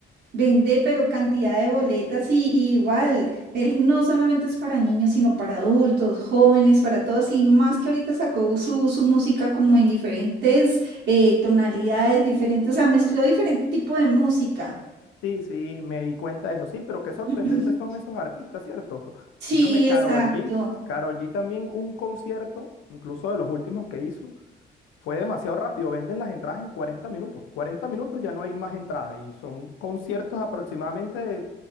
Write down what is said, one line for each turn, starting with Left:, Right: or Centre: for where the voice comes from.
Right: Vende, pero cantidad de boletas y, y igual, él no solamente es para niños, sino para adultos, jóvenes, para todos, y más que ahorita sacó su, su música como en diferentes eh, tonalidades diferentes, o sea, mezcló diferente tipo de música.
Left: Sí, sí, me di cuenta de eso. Sí, pero qué sorprendentes
Right: <clears throat>
Left: son esos artistas, ¿cierto? <laughs>
Right: Sí,
Left: Dígame, Karol
Right: exacto.
Left: G. Karol G también un concierto, incluso de los últimos que hizo, fue demasiado rápido. Venden las entradas en 40 minutos. 40 minutos ya no hay más entrada y son conciertos aproximadamente de